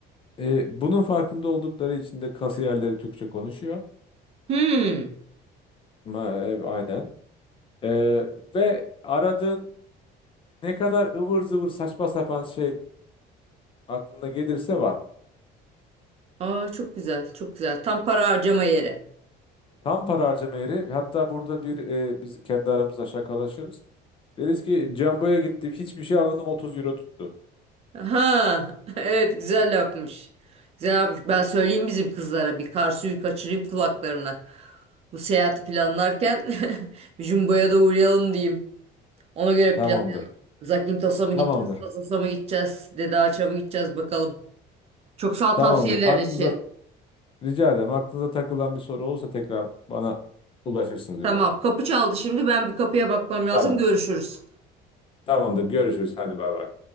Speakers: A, on the left (about 30°); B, on the right (about 35°).
A: Ee, bunun farkında oldukları için de kasiyerleri Türkçe konuşuyor.
B: Hmm.
A: Ma, ev, aynen. Ee, ve aradığın ne kadar ıvır zıvır saçma sapan şey aklına gelirse var.
B: Aa, çok güzel, çok güzel. Tam para harcama yeri.
A: Tam para harcama yeri. Hatta burada bir e, biz kendi aramızda şakalaşırız. Deriz ki Jumbo'ya gittim hiçbir şey almadım 30 euro tuttu.
B: Aha, <laughs> evet güzel yapmış. Güzel yapmış. Ben söyleyeyim bizim kızlara bir kar suyu kaçırayım kulaklarına. Bu seyahati planlarken <laughs> bir jumboya da uğrayalım diyeyim. Ona göre
A: Tamamdır.
B: plan. Zakintos'a mı
A: Tamamdır.
B: gideceğiz, Sosos'a mı gideceğiz, Dede Ağaç'a mı gideceğiz bakalım. Çok sağ
A: Tamamdır.
B: ol tavsiyeler
A: Aklınıza
B: için.
A: rica ederim. Aklınıza takılan bir soru olursa tekrar bana ulaşırsınız öyle.
B: Tamam, kapı çaldı şimdi. Ben bir kapıya bakmam lazım.
A: Tamam.
B: Görüşürüz.
A: Tamamdır. Görüşürüz. Hadi bay bay.